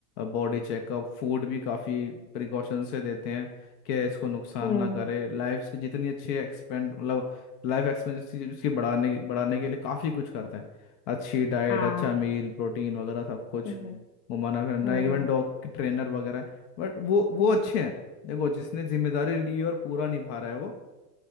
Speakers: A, on the left; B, on the left.
A: body checkup food भी काफ़ी प्रिकॉशन से देते हैं कि इसको नुकसान
B: हम्म
A: ना करे लाइफ की जितनी अच्छी एक्सपेंड मतलब लाइफ एक्सपेंसी उसकी बढ़ाने बढ़ाने के लिए काफ़ी कुछ करते हैं अच्छी डाइट
B: हाँ
A: अच्छा मील प्रोटीन वगैरह सब कुछ
B: हम्म
A: घुमाना फिरना
B: हम्म
A: इवन डॉग ट्रेनर वगैरह बट वो वो अच्छे हैं देखो जिसने जिम्मेदारी ली और पूरा निभा रहा है वो